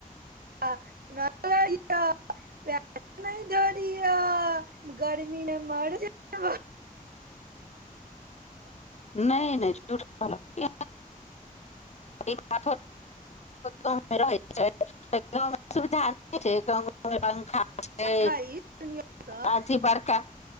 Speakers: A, on the right (about 90°); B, on the left (about 50°).
A: प नहि धरह गर्मीमे मर जैब
B: नहि नहि झुठ कहलक इ बात गाव मे सुविधा नहि छै पंखा छै
A: हइ सुनियौ तऽ तऽ
B: अथि बड़का